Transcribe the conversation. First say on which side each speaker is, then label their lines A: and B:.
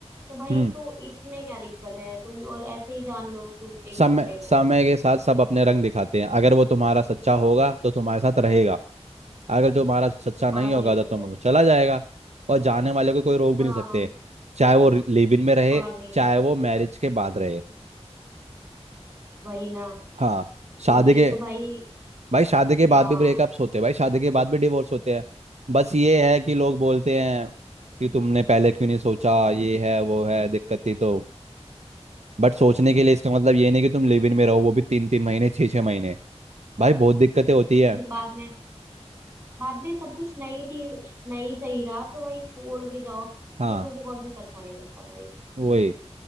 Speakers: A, on the right; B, on the right.
A: तो भाई
B: हम्म
A: तो इसमें क्या दिक्कत है तुम लोग ऐसे ही जान लो दू- एक
B: समय
A: दूसरे को
B: समय के साथ सब अपने रंग दिखाते हैं अगर वो तुम्हारा सच्चा होगा तो तुम्हारे साथ रहेगा
A: हम्म,
B: अगर तुम्हारा सच्चा नहीं
A: और नहीं
B: होगा
A: तो
B: तो तुम
A: क्या
B: चला जाएगा और जाने वाले को कोई रोक भी
A: हाँ
B: नहीं सकते चाहे वो लिव इन में रहे
A: और नहीं
B: चाहे
A: तो क्या
B: वो मैरिज के बाद रहे
A: वही ना
B: हाँ शादी
A: तो ये
B: के
A: तो भाई
B: भाई शादी के
A: हाँ
B: बाद भी ब्रेकअप्स होते हैं भाई शादी के बाद भी डिवोर्स होते हैं बस ये है कि लोग बोलते हैं कि तुमने पहले क्यों नहीं सोचा ये है वो है दिक्कत थी तो बट सोचने के लिए इसका मतलब ये नहीं कि तुम लिव इन में रहो वो भी तीन तीन महीने छः छः महीने भाई बहुत दिक्कतें होती है
A: और फिर बाद में बाद में सब कुछ नहीं ठीक नहीं सही रहा तो भाई छोड़ के जाओ
B: हाँ
A: ये मुझे कॉन्सेप्ट अच्छा नहीं लगता भाई
B: वही